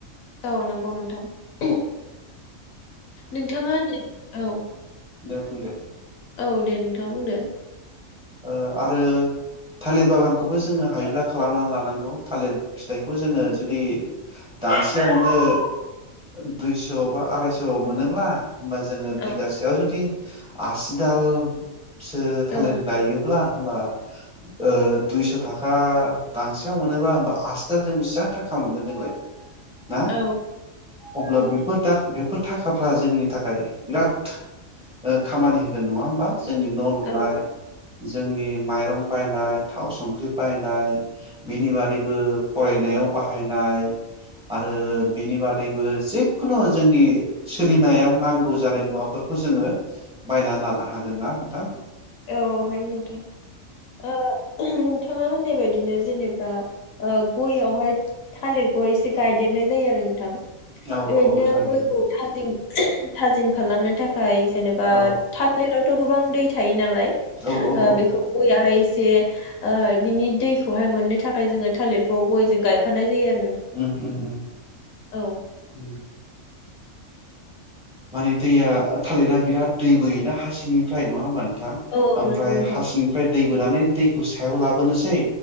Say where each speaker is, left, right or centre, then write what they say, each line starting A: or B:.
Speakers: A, on the left; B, in the centre.
A: औ नोंगौ नोंथां उम नोंथाङा ने औ <unintelligible>
B: नो बुंदो
A: औ दे नोंथाङा बुंदो?
B: ओ आरो थालिर बागानखौबो जोङो हायोब्ला खालामनानै लानांगौ थालिर फिथाइखौ जोङो जुदि दांसेयावनो ओ दुइस' बा आरायस'आव मोनोब्ला होमबा जोङो
A: औ
B: बिगासेयाव जुदि आसिदाल सो
A: औ
B: थालिर गायोब्ला होमबा ओ दुइस' थाखा दांसेयाव मोनोबा होमबा आसिदालजों बिसेबां थाखा मोनगोन जोंलाय ना
A: औ
B: अब्ला बेफोर दा बेफ फोर थाखाफ्रा जोंनि थाखाय बिराद ओ खामानि होगोन नङा होमबा? जोंनि न' लुनाय
A: औ
B: जोंनिम माइरं बायनाय थाव सुंख्रि बायनाय बिनिबादैबो फरायनायाव बाहायनाय आरो
A: औ
B: बिनिबादै बो जेखुनु जोंनि सोलिनायाव नांगौ जानाय मुवाफोरखौ जोङो बायनानै लानो हागोन ना नोंथां?
A: औ औ हायो नोंथां ओ <unintelligible> नोंथ थाङा होननाय बायदिनो जेनेबा ओ गय आवहाय थालिरखौहाय एसे गायदेरनाय जायो आरो नोंथां। बेबायदिनो
B: औ औ औ जायो
A: गयखौ थाजिम <unintelligible> थाजिम खालामनो थाख खाय जेनेबा
B: औ
A: थालिराव थ' गोबां दै था थायो नालाय ओ
B: औ औ
A: बेखौ गयाहाय स जे ओ बिनि दैखौहाय मोननो थाखाय जोङो थालिरखौ गयजों गायफानाय जायो आरो
B: उम उम उम
A: नोंथां
B: उम माने दैया ओ थालिरा बिराद दै बोयोना हा सिंनिफ्राय नङा होनबा नोंथ थां
A: औ औ
B: ओमफ्राय
A: नंगौ नोंथां
B: हा सिंनिफ्राय दै बोनानै दैखौ सायाव लाबोनोसै